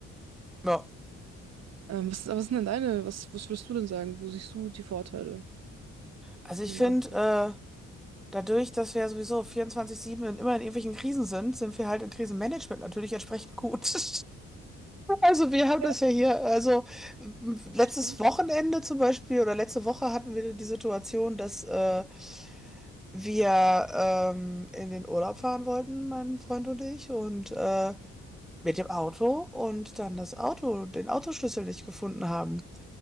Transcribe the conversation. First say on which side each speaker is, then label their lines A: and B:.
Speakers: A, in the centre; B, on the right.
A: ja.
B: Ähm, was, was sind denn deine, was, was würdest du denn sagen? Wo siehst du die Vorteile?
A: Also ich
B: im
A: finde,
B: Ansatz?
A: äh, dadurch, dass wir ja sowieso vierundzwanzig sieben in- immer in irgendwelchen Krisen sind, sind wir halt im Krisenmanagement natürlich entsprechend gut. <laughs> Also wir haben
B: Ja,
A: das ja hier, also m- letztes
B: stimmt.
A: Wochenende zum Beispiel oder letzte Woche hatten wir die Situation, dass äh, wir ähm, in den Urlaub fahren wollten, mein Freund und ich, und äh, mit dem Auto und dann das Auto, den Autoschlüssel nicht gefunden haben.